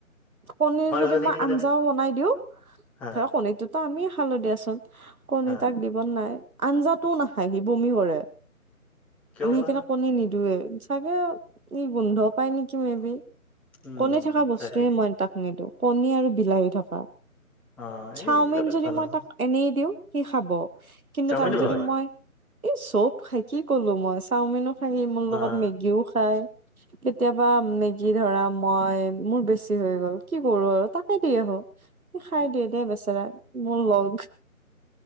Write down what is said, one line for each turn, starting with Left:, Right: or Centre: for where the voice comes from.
Right: কণী যদি
Centre: জনীক
Right: মই
Centre: মানে
Right: আঞ্জাও বনাই দিওঁ
Centre: হা
Right: ধৰা কণীটোতো আমিয়ে খালোঁ দিয়াছোন কণী
Centre: হা
Right: তাক দি বনাই আঞ্জাটোও নাখায় সি বমি কৰে
Centre: কিয়
Right: আমি
Centre: বা
Right: <unintelligible> কণী নিদুৱে চাগে ই গোন্ধ পায় নেকি মেবি
Centre: উম
Right: কণী থাকা বস্তুয়ে
Centre: চাগে
Right: মই তাক নিওঁ কণী আৰু বিলাহী থকা।
Centre: অ এই
Right: চাওমিন
Centre: এইবিলাক
Right: যদি
Centre: ভাল
Right: মই
Centre: ন
Right: তাক এনেই দিওঁ সি খাব কিন্তু
Centre: চাওমিনো
Right: তাত যদি
Centre: হয়
Right: মই এই চব খাই কি ক'লো মই চাওমিনো খাইহি মোৰ
Centre: বা
Right: লগত মেগীও খাই। কেতিয়াবা মেগী ধৰা মই মোৰ বেছি হৈ গ'ল কি কৰো আৰু তাকে দি আহোঁ সি খাই দিয়ে দেই বেচেৰাই। মোৰ লগ